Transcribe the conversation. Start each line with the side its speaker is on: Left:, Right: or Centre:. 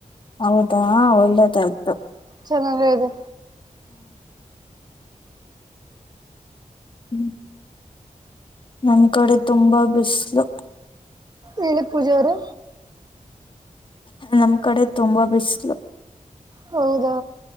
Left: ಹೌದಾ ಒಳ್ಳೆದಾಯ್ತು.
Right: ಚೆನ್ನಾಗೇ ಇದೆ.
Left: ಹ್ಮ್. ನಮ್ ಕಡೆ ತುಂಬಾ ಬಿಸ್ಲು.
Right: ಹೇಳಿ ಪೂಜಾ ಅವ್ರೆ.
Left: ನಮ್ ಕಡೆ ತುಂಬಾ ಬಿಸ್ಲು.
Right: ಹೌದಾ.